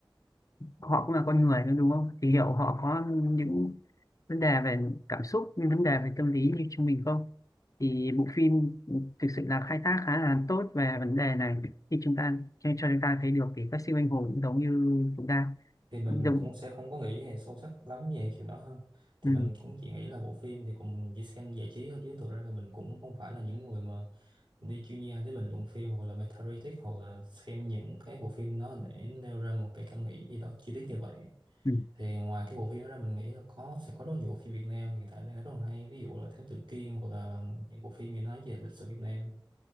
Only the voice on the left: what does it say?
họ cũng là con người thôi đúng không thì liệu họ có những vấn đề về cảm xúc những vấn đề về tâm lý như chúng mình không thì bộ phim thực sự là khai thác khá là tốt về vấn đề này khi chúng ta cho, cho chúng ta thấy được thì các siêu anh hùng cũng giống như chúng ta
cũng giống
ừ,
ừ,